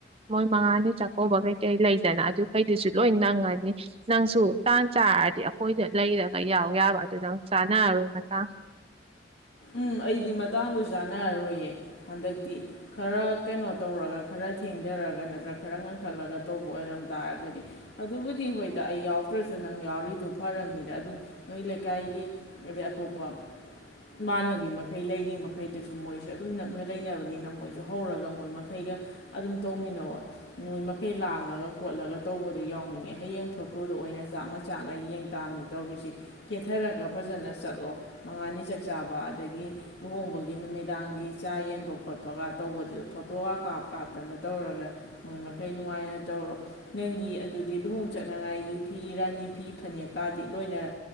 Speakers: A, on the right; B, on the left.
A: ꯃꯣꯏ ꯃꯉꯥꯅꯤ ꯆꯥꯛꯀꯧꯕ ꯀꯩꯀꯩ ꯂꯩꯗꯅ ꯑꯗꯨꯈꯩꯗꯨꯁꯨ ꯂꯣꯏ ꯅꯪꯉꯅꯤ ꯅꯪꯁꯨ ꯇꯥꯟ ꯆꯥꯔꯗꯤ ꯑꯈꯣꯏꯗ ꯂꯩꯔꯒ ꯌꯥꯎ ꯌꯥꯕ ꯑꯗꯨꯗꯪ ꯆꯥꯅꯔꯔꯣꯏ ꯃꯇꯥꯡ
B: ꯎꯝ ꯑꯩꯗꯤ ꯃꯇꯥꯡꯗꯨ ꯆꯥꯟꯅꯔꯔꯣꯏꯌꯦ ꯍꯟꯗꯛꯇꯤ ꯈꯔ ꯀꯩꯅꯣ ꯇꯧꯔꯒ ꯈꯔ ꯊꯦꯡꯊꯔꯒ ꯅꯠꯇ꯭ꯔꯒ ꯈꯔ ꯉꯟꯈꯠꯂꯒ ꯇꯧꯕ ꯑꯣꯏꯔꯝ ꯇꯥꯔꯒꯗꯤ ꯑꯗꯨꯕꯨꯗꯤ ꯍꯣꯏꯗ ꯑꯩ ꯌꯥꯎꯗ꯭ꯔꯁꯨ ꯅꯪ ꯌꯥꯎꯔꯤꯗꯣ ꯐꯔꯕꯅꯤꯗ ꯑꯗꯨꯝ ꯅꯣꯏ ꯂꯩꯀꯥꯏꯒꯤ ꯑꯗꯩ ꯑꯇꯣꯞꯄ ꯏꯃꯥꯟꯅꯕꯤ ꯃꯈꯩ ꯂꯩꯔꯤ ꯃꯈꯩꯗꯨꯁꯨ ꯃꯣꯏꯁꯨ ꯑꯗꯨꯝ ꯅꯛꯅ ꯂꯩꯅꯕꯅꯤꯅ ꯃꯣꯏꯁꯨ ꯍꯧꯔꯒ ꯃꯣꯏ ꯃꯈꯩꯒ ꯑꯗꯨꯝ ꯇꯧꯃꯤꯟꯅꯑꯣ ꯅꯣꯏ ꯃꯈꯩ ꯂꯥꯡꯉꯒ ꯈꯣꯠꯂꯒ ꯇꯧꯕꯗꯣ ꯌꯥꯎꯅꯤꯡꯉꯦ ꯍꯌꯦꯡ ꯐꯣꯇꯣꯗꯣ ꯑꯣꯏꯅ ꯆꯥꯛꯅ ꯆꯥꯛꯅ ꯌꯦꯡ ꯇꯥꯅꯤ ꯇꯧꯔꯤꯁꯦ ꯀꯦꯊꯔꯒ ꯐꯖꯅ ꯆꯠꯂꯣ ꯃꯉꯥꯅꯤ ꯆꯀ ꯆꯥꯛ ꯆꯥꯕ ꯑꯗꯒꯤ ꯂꯨꯍꯣꯡꯕꯒꯤ ꯅꯨꯃꯤꯗꯥꯡꯒꯤ ꯆꯥ ꯌꯦꯟꯕ ꯈꯣꯠꯄꯒ ꯇꯧꯕꯗꯨꯗ ꯐꯣꯇꯣꯒ ꯀꯥꯞ ꯀꯥꯞꯇꯅ ꯇꯧꯔꯒ ꯃꯣꯏ ꯃꯈꯩ ꯅꯨꯡꯉꯥꯏꯅ ꯇꯧꯔꯣ ꯅꯪꯒꯤ ꯑꯗꯨꯗꯤ ꯂꯨꯍꯣꯡ ꯆꯅꯉꯥꯏꯒꯤ ꯐꯤ ꯔꯥꯅꯤ ꯐꯤ ꯐꯅꯦꯛꯀꯗꯤ ꯂꯣꯏꯅ